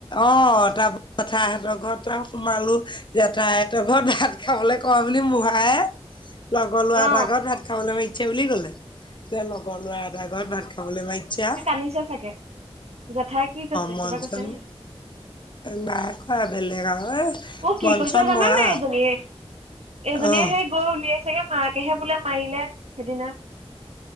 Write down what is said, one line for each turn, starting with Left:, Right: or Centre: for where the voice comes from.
Left: অ' তাৰ পথাহতৰ ঘৰত সোমালোঁ। জেঠাইহঁতৰ ঘৰত ভাত খাবলৈ কোৱা বুলি মহায়ে লগৰ লৰা
Right: অ
Left: এটা আগত ভাত খাবলৈ মাতিচে বুলি কলে। লগৰ লৰা এটা ঘৰত ভাত খাবলৈ মাইতচ্ছা।
Right: আনিছে চাগে জেঠাই কি কৈছে
Left: মন
Right: কিবা কৈছে
Left: চন
Right: নে।
Left: নাই কোৱা বেলেগ আও এ
Right: অ' কি
Left: বন
Right: কৈছে
Left: চন
Right: জানা
Left: মৰা
Right: নাই এজনীয়ে এজনীয়ে
Left: অ
Right: সেই। বৈ উলিয়াইছেগে মাকেহে বোলে মাৰিলে সেইদিনা।